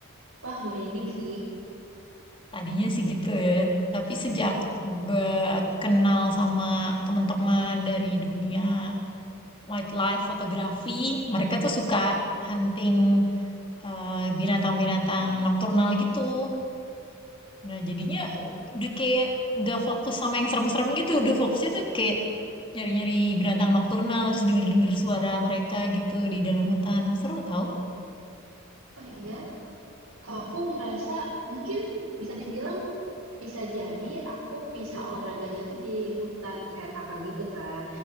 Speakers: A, on the right; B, on the left.
A: wah merinding sih.
B: Tadinya sih gitu ya. Tapi sejak gue kenal sama teman-teman dari dunia wildlife fotografi, mereka tuh suka hunting eh, binatang-binatang nokturnal gitu. Nah, jadinya udah kayak nggak fokus sama yang serem-serem gitu. Udah fokusnya tuh kayak nyari-nyari binatang nokturnal, terus denger-denger suara mereka gitu di dalam hutan. Seru tau.
A: Oh iya, Kalau aku ngerasa mungkin bisa dibilang bisa jadi aku bisa olahraganya tuh di hutan kayak kakak gitu kan.